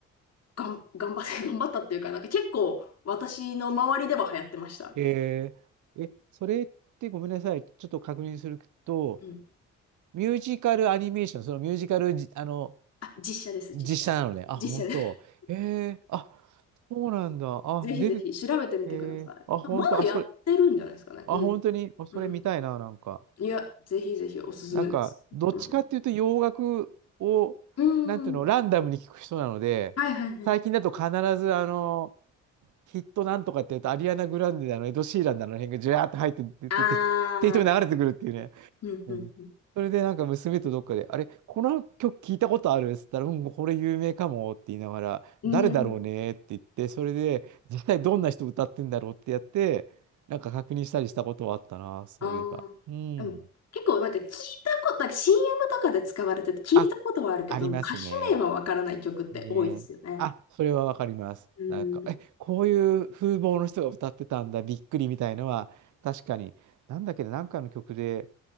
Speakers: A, on the left; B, on the right.
A: がん、頑張って、<laughs> 頑張ったっていうか、なんか結構、私の周りでは流行ってました。
B: えー、え、それってごめんなさい、ちょっと確認すると、
A: うん。
B: ミュージカルアニメーション、そのミュージカルじ、あの、
A: あ、実写です、
B: 実写なのね。
A: 実写。
B: あ、
A: 実写です。
B: 本当。えー、あ、そうなんだ。
A: <laughs>
B: あ、
A: ぜひぜひ、
B: 出て、
A: 調べてみてください。
B: えー、あ、本当、
A: あまだやってるんじゃないですかね。
B: あ、それ、あ、
A: うん。
B: 本当に、あそれ見たいな、
A: うん
B: なんか。
A: いや、ぜひぜひおすすめです。
B: なんか、どっちかっていうと洋楽を、
A: うん。うん。
B: なんていうの、ランダムに聞く人なので、
A: はいはいはい。
B: 最近だと必ず、あの、ヒットなんとかって言うと、アリアナ・グランデだの、エド・シーランだの、あの辺がジュワーって入って出て、
A: ああ。
B: て適当に流れてくるっていうね。
A: うんうんうん。
B: うん。それでなんか娘とどっかで、あれ、この曲聞いたことあるっつったら、うん、これ有名かもって言いながら、
A: うん。
B: 誰だろうねって言って、それで実際どんな人歌ってんだろうってやって、なんか確認したりしたことはあったな、そういえば。
A: ああ。
B: うん。
A: でも、結構なんか聞いたこと、なんか CM とかで使われてて聞いたことはあるけど、
B: あ、ありますね。
A: 歌手名はわからない曲って多いですよね。
B: ねえ。あ、それはわかります。
A: うん。
B: なんか、え、こういう風貌の人が歌ってたんだ、びっくりみたいのは、確かに、なんだっけど、なんかの曲で、